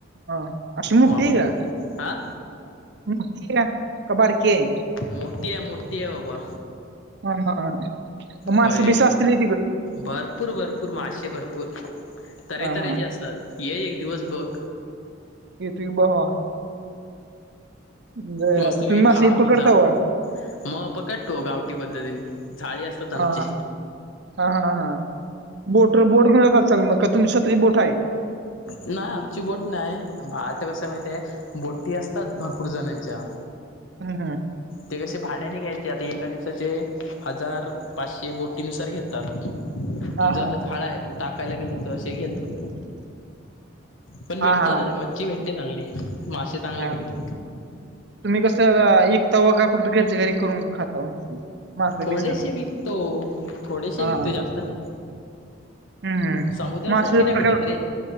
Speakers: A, on the right; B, on the left.
A: हा अशी मोठी
B: वाघोटन
A: आहे का.
B: हा
A: मोठी आहे का बारकी आहे.
B: मोठीये, मोठीये बाबा.
A: हा ह ह मासे
B: होय
A: बिसे असतील होय.
B: भरपूर, भरपूर मासेे भरपूर. तर्हेतर्हेचे
A: हा हा
B: असतात. ये एक दिवस बघ.
A: येतोय भावा. बरं.
B: मस्तपैकी
A: तुम्ही मासे
B: खा,
A: पकडता
B: पी, जा.
A: वा
B: मग पकटतो. गावटी पद्धतीने झाळी असतात आमची.
A: हा हा हा हां बोटर बोट घेऊन येत असतात का, मग का तुमची स्वतः ची बोट आहे.
B: नाही आमची बोट नाही. भात कसं माहिती ये. बोटी असतात भरपूर जणांच्या.
A: हम् हम
B: ते कसे भाड्याने घ्यायचे आता एका दिवसाचे हजार पाचशे बोटीनुसार घेतात.
A: हा
B: तुझं
A: हा
B: आता जाळ आहे. तू टाकायला गेले तर असे घेतात. पण भेटतात.
A: हा हा
B: मच्छी भेटते चांगली, मासे चांगले
A: हा
B: भेटतात.
A: तुम्ही कसं इकता वा. काय फक्त घरच्या घरी करून खाता वा. मासं
B: थोडेशी
A: बिस
B: विकतो थोडेशी
A: हा
B: विकतो
A: हम्म
B: जास्त नाही.
A: हम्म.
B: समुद्रासारखे
A: मासे
B: नाही
A: प्रकार
B: भेटते त रे